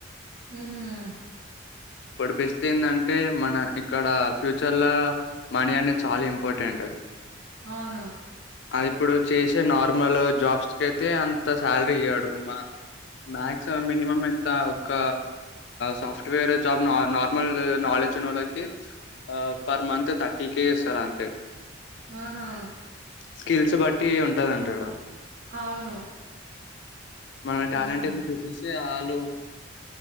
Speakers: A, on the right; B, on the left.
A: ఉమ్మ్
B: పడిపిస్తుందంటే మన ఇక్కడ ఫ్యూచర్ లో మనీ అనేది చాలా ఇంపార్టెంట్
A: అవునా
B: అది ఇప్పుడు చేసే నార్మల్ జాబ్స్ క అయితే అంత సాలరీ ఇయ్యాడు మాక్సిమం మినిమం ఇంత ఒక సాఫ్ట్వేర్ జాబ్ నార్మల్ నాలెడ్జ్ ఉన్న వాళ్ళకి per month thirty K sir అంతే
A: అహా
B: స్కిల్స్ బట్టి ఉంటదంటే అక్కడ
A: అవును
B: మన టాలెంట్
A: ఉమ్.
B: ఏ చూపిస్త వాళ్ళు